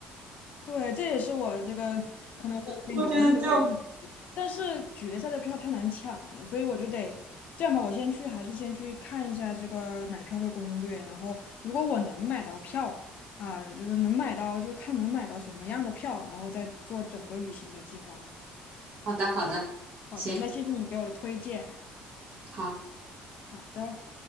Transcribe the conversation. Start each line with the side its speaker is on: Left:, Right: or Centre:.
Left: 对，这也是我这个可能会有点犹豫的问题。
Right: 我觉得就
Left: 但是决赛的票太难抢了，所以我就得这样吧，我先去，还是先去看一下这个买票的攻略。然后，如果我能买到票啊，就是能买到，就看能买到什么样的票，然后再做整个旅行的计划。
Right: 好的，好的，
Left: 好的，
Right: 行，
Left: 那谢谢你给我的推荐。
Right: 好。
Left: 好的。